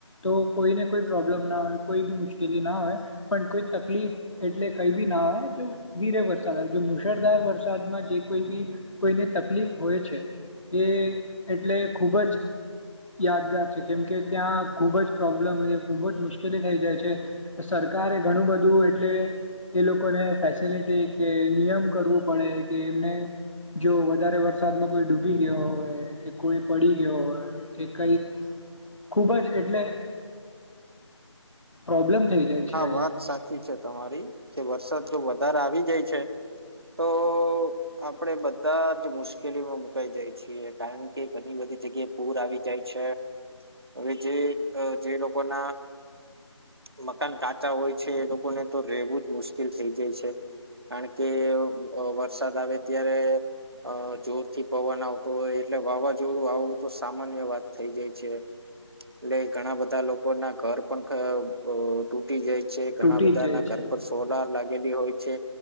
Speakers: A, on the left; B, on the right.
A: તો કોઈને કોઈ પ્રોબ્લેમ ના હોય કોઈ બી મુશ્કેલી ના હોય પણ કોઈ તકલીફ એટલે કઈ બી ના હ જો ધીરે વરસાદ જો મુશળધાર વરસાદમાં જે કોઈ બી કોઈને તકલીફ હોય છે. એ એટલે ખૂબ જ યાદગાર છે કેમકે ત્યાં ખુબ જ પ્રોબ્લેમ ખુબ જ મુશ્કેલી થઈ જાય છે સર સરકારે ઘણું બધું એટલે એ લોકોને ફેસિલિટી કે નિયમ કરવું પડે કે એમને જો વધારે વરસાદમાં કોઈ ડૂબી ગયો હોય કે કોઈ પડી ગયો હોય કે કઈક ખૂબ જ એટલે પ્રોબ્લેમ થઈ જાય
B: હા
A: છે અહીંયા
B: વાત સાચી છે તમારી કે વરસાદ જો વધારે આવી જાય છે. તો આપડે બધા જ મુશ્કેલીમાં મુકાઈ જાય છીએ કારણ કે ઘણી બધી બધી જગ્યાએ પૂર આવી જાય છે‌ હવે જે જે લોકોના મકાન કાચા હોય છે એ લોકોને તો રહેેવું જ મુશ્કેલ થઈ જાય છે કારણ કે. વરસાદ આવે ત્યારે અ જોરથી પવન આવતો હોય એટલે વાવાઝોડું આવવું તો સામાન્ય વાત થઈ જાય છે. એટલે ઘણા બધા લોકોના ઘર પણ અ તૂટી જાય છે, ઘણા
A: તૂટી
B: બધા
A: જ જાય
B: ના ઘર
A: છે.
B: પર સોલાર લાગે, હોય છે